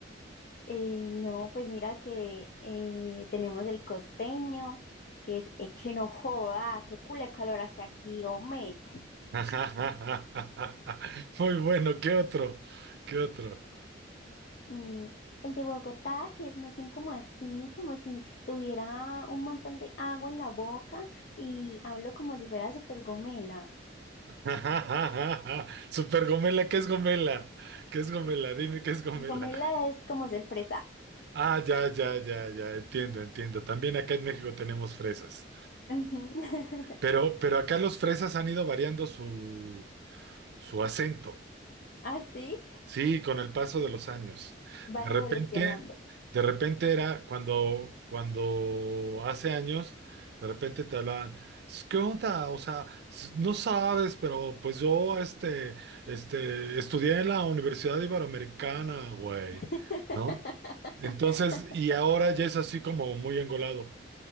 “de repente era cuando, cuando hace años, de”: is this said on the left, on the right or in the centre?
Right